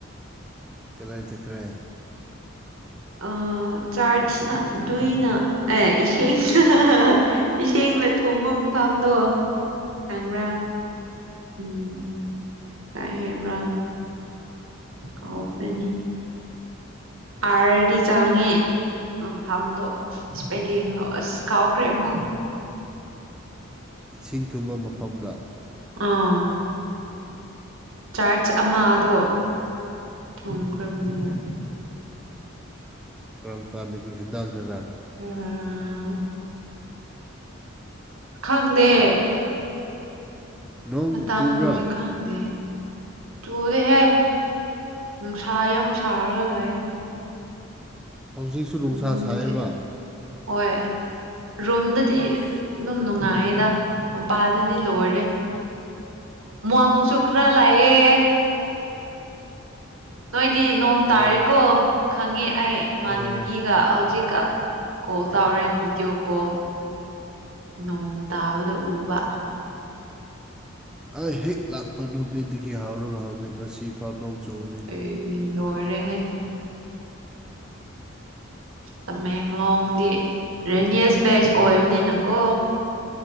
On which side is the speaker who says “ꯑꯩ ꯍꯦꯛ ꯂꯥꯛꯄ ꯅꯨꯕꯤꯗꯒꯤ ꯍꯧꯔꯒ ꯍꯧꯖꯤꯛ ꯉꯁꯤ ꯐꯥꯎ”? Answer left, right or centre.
Centre